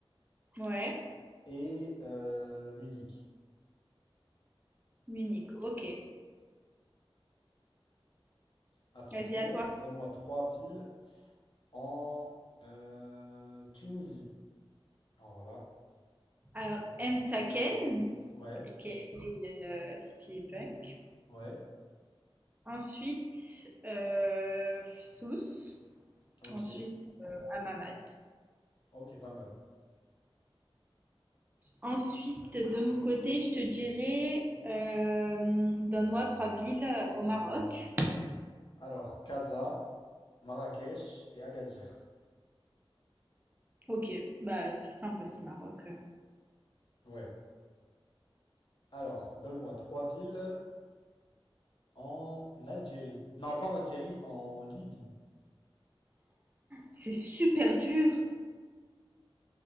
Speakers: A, on the right; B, on the left.
A: ouais.
B: et euh, Munich.
A: Munich, ok.
B: À ton
A: Vas-y,
B: tour,
A: à toi.
B: donne-moi trois villes en euh, Tunisie. Alors là,
A: Alors, M. Saken,
B: ouais,
A: aka, euh, City Punk.
B: ouais,
A: Ensuite, euh, Sous.
B: ok,
A: Ensuite, euh, Amamat.
B: ok, pas mal.
A: Ensuite, de mon côté, je te dirais euh, donne-moi trois villes au Maroc.
B: Alors, Casa, Marrakech et Agadir.
A: Ok, bah c'est simple aussi, Maroc.
B: Ouais. Alors, donne-moi trois villes en Algérie. Non, pas en Algérie, en Libye.
A: C'est super dur.